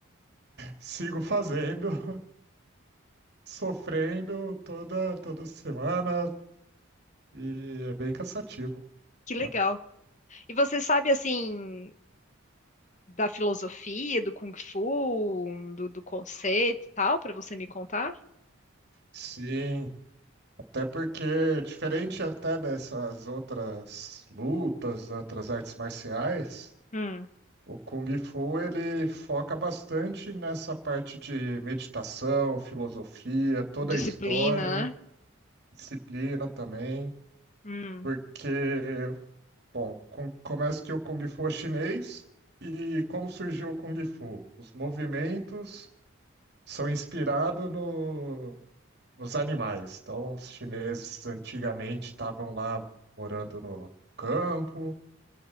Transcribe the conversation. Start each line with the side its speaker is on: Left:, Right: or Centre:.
Right: sigo fazendo, <laughs> sofrendo toda, toda semana, e é bem cansativo.
Left: Que legal.
Right: tá?
Left: E você sabe assim da filosofia do Kung Fu, do, do conceito e tal, para você me contar?
Right: Sim, até porque, diferente até dessas outras lutas, outras artes marciais,
Left: Hum.
Right: o Kung Fu ele foca bastante nessa parte de meditação, filosofia, toda
Left: Disciplina,
Right: a história,
Left: né?
Right: disciplina também.
Left: Hum,
Right: Porque, bom, com, começa que o Kung Fu é chinês e como surgiu o Kung Fu? Os movimentos são inspirados no, nos animais. Então, os chineses antigamente estavam lá morando no campo,